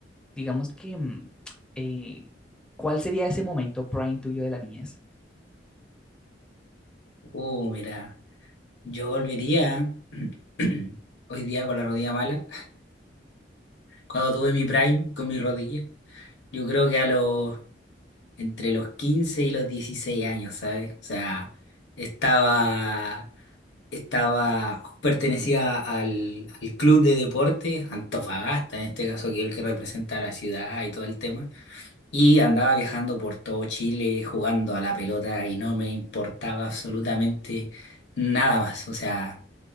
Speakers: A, in the centre; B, on the left.
A: digamos que, mm, eh, ¿cuál sería ese momento prime tuyo de la niñez?
B: Oh, mira, yo volvería <clears throat> hoy día con la rodilla mala, cuando tuve mi prime con mi rodilla, yo creo que a los, entre los 15 y los 16 años, ¿sabes? O sea, estaba... estaba, pertenecía al, al club de deportes Antofagasta, en este caso, que es el que representa a la ciudad y todo el tema, y andaba viajando por todo Chile jugando a la pelota y no me importaba absolutamente nada más, o sea,